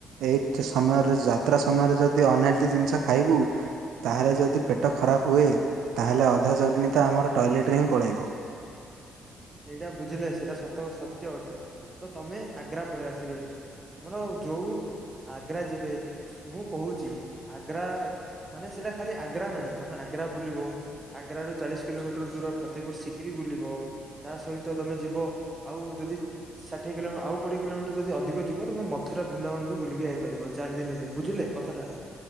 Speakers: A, on the right; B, on the right.
A: ଏଇ ସମୟରେ ଯାତ୍ରା ସମୟରେ ଯଦି ଅନହେଲ୍ଦି ଜିନିଷ ଖାଇବୁ ତାହେଲେ ଯଦି। ପେଟ ଖରାପ ହୁଏ ତା ହେଲେ ଅଧା ଜର୍ନୀ ତ ଆମର ଟଏଲେଟରେ ହିଁ ପଳାଇବ।
B: ସେଇଟା ବୁଝିଲେ ସେଇଟା ସତ ସତ୍ୟ ଅଟେ ତ ତମେ ଆଗ୍ରା ପଳେଇ ଆସିବେ। ଆମର ଯଉଠ ଆଗ୍ରା ଯିବେ ମୁଁ କହୁଛି ଆଗ୍ରା। ମାନେ ସେଇଟା ଖାଲି ଆଗ୍ରା ନାହିଁ ତମେ ଆଗ୍ରା ବୁଲିବ। ଆଗ୍ର ରୁ ଚାଳିଶ କିଲୋମିଟର ଦୂର ଫତେହିପୁର ସିକିରି ବୁଲିବ। ତା ସହିତ ତମେ ଯିବ ଆଉ ଯଦି। ଷାଠିଏ କିଲୋମି ଆଉ କୋଡ଼ିଏ କିଲୋମିଟର ଯଦି ଅଧିକ ଯିବ ତମେ ମଥୁରା ବୃନ୍ଦାବନ ବି ବୁଲିକି ଯାଇପାରିବ ଚାରି ଦିନରେ ବୁଝିଲେ? କଥାଟା